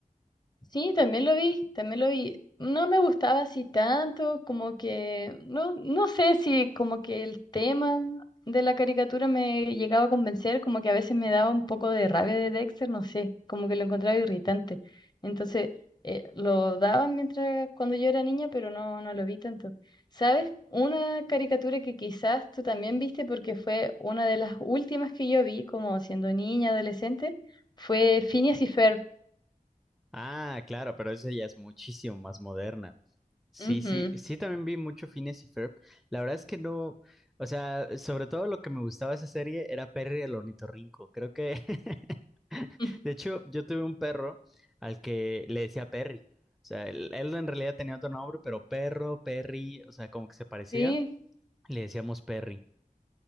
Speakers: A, on the left; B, in the centre.
A: Sí, también lo vi, también lo vi. No me gustaba así tanto, como que, no, no sé si como que el tema de la caricatura me llegaba a convencer, como que a veces me daba un poco de rabia de Dexter, no sé, como que lo encontraba irritante. Entonces, eh, lo daban mientras cuando yo era niña, pero no, no lo vi tanto. ¿Sabes? Una caricatura que quizás tú también viste porque fue una de las últimas que yo vi, como siendo niña, adolescente, fue Phineas y Ferb.
B: Ah, claro, pero esa ya es muchísimo más moderna. Sí,
A: Ujú.
B: sí, sí también vi mucho Phineas y Ferb. La verdad es que no, o sea, sobre todo lo que me gustaba de esa serie era Perry el ornitorrinco. Creo que <laughs> <laughs>
A: <laughs>
B: De hecho, yo tuve un perro al que le decía Perry. O sea, él, él en realidad tenía otro nombre, pero perro, Perry, o sea, como que se parecía.
A: Sí,
B: Le decíamos Perry.